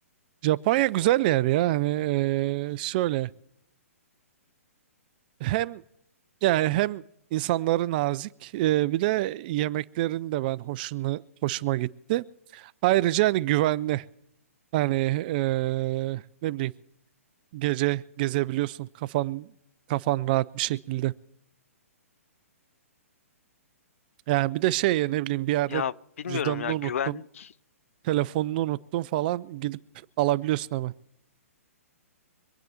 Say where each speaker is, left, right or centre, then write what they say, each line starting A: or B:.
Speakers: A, on the right; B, on the left.
A: Japonya güzel yer ya hani e, şöyle hem yani hem insanları nazik e, bir de yemeklerin de ben hoşunu hoşuma gitti. Ayrıca hani güvenli hani e, ne bileyim gece gezebiliyorsun kafan kafan rahat bir şekilde. Yani bir de şey ya ne bileyim bir yerde
B: Ya bilmiyorum
A: cüzdanını
B: ya
A: unuttun,
B: güvenlik
A: telefonunu unuttun falan gidip alabiliyorsun hemen.